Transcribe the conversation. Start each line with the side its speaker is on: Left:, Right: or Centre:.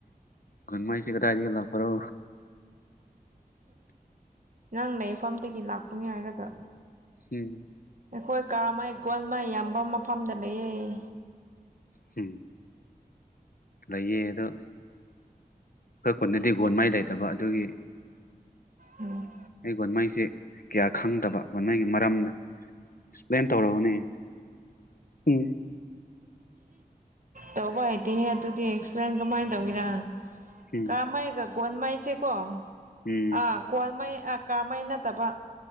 Left: ꯒ‌ꯣꯟꯃꯥꯏꯁ‌ꯦ ꯀꯗꯥꯏꯗꯒꯤ ꯂꯥꯛꯄꯔꯣ
Right: ꯅꯪ ꯂꯩꯐꯝꯗꯒꯤ ꯂꯥꯛꯄꯅꯤ ꯍꯥꯏꯔꯒ
Left: ꯍꯝ
Right: ꯅꯈꯣꯏ ꯀꯃꯥꯏ ꯒꯣꯟꯃꯥꯏ ꯌꯥꯝꯕ ꯃꯐꯝꯗ ꯂꯩꯌꯦ
Left: ꯍꯝ ꯂꯩꯌꯦ ꯑꯗꯣ ꯑꯩꯈꯣꯏ ꯈꯨꯟꯗꯗꯤ ꯒꯣꯜꯃꯥꯏ ꯂꯩꯇꯕ ꯑꯗꯨꯒꯤ
Right: ꯎꯝ
Left: ꯑꯩ ꯒꯣꯟꯃꯩꯁꯦ ꯀꯌꯥ ꯈꯪꯗꯕ ꯒꯣꯟꯃꯩꯒꯤ ꯃꯔꯝꯗ ꯑꯦꯛꯁꯄ꯭ꯂꯦꯟ ꯇꯧꯔꯛꯎꯅꯦ ꯎꯝ
Right: ꯇꯧꯕ
Left: ꯑꯁ
Right: ꯍꯩꯇꯦꯍꯦ ꯑꯗꯨꯗꯤ ꯑꯦꯛꯁꯄ꯭ꯂꯦꯟ ꯀꯃꯥꯏ ꯇꯧꯒꯦꯔꯥ
Left: ꯎꯝ
Right: ꯀꯥꯃꯩꯒ ꯒꯣꯟꯃꯩꯁꯦꯀꯣ
Left: ꯎꯝ
Right: ꯑꯥ ꯒꯣꯟꯃꯩ ꯑ ꯀꯥꯃꯩ ꯅꯠꯇꯕ